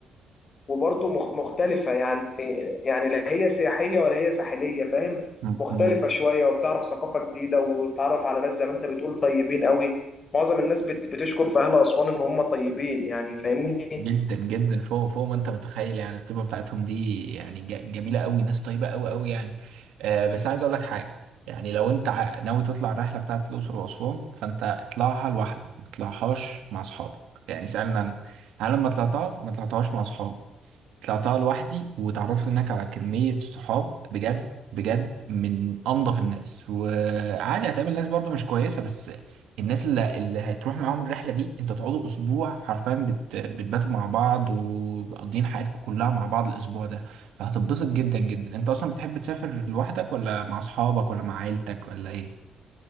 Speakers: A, on the left; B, on the right.
A: وبرضو مخ- مختلفه يعني يعني لا هي سياحية ولا هي ساحلية فاهم
B: ايوه
A: مختلفة شوية وبتعرف ثقافة جديدة وتتعرف على ناس زي ما انت بتقول طيبين قوي معظم الناس بت- بتشكر في أهل أسوان إن هم طيبين يعني فاهمني
B: جدا جدا فوق فوق ما انت متخيل يعني الطيبه بتاعتهم دي يعني ج- جميله قوي ناس طيبه قوي قوي يعني آه بس عايز اقول لك حاجه يعني لو انت ع- ناوي تطلع الرحله بتاعت الاقصر واسوان فانت اطلعها لوحدك ما تطلعهاش مع اصحابك يعني سالني انا هل لما طلعتها ما طلعتهاش مع اصحابي طلعتها لوحدي وتعرفت هناك على كمية صحاب بجد بجد من أنظف الناس وعادي هتقابل ناس برضو مش كويسة بس الناس اللي, اللي هتروح معاهم الرحلة دي انتوا تقعدوا أسبوع حرفيا بت... بتباتوا مع بعض ومقضيين حياتكم كلها مع بعض الأسبوع ده فهتتبسط جدا جدا انت أصلا بتحب تسافر لوحدك ولا مع أصحابك ولا مع عيلتك ولا إيه؟